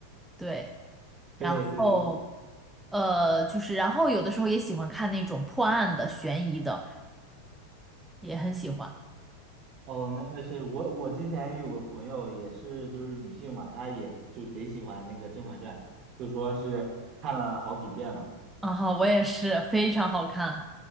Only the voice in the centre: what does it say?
对，
然后呃，就是然后有的时候也喜欢看那种破案的、悬疑的，也很喜欢。
啊哈，我也是，非常好看。